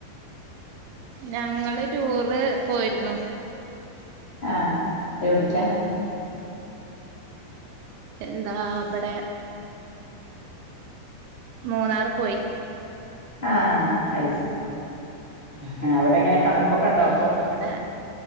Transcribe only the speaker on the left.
ആഹ് എവിടിക്കാ.
ആഹ് അശേരി അവിടെ എങ്ങനെ തണുപ്പൊക്കെണ്ടോ?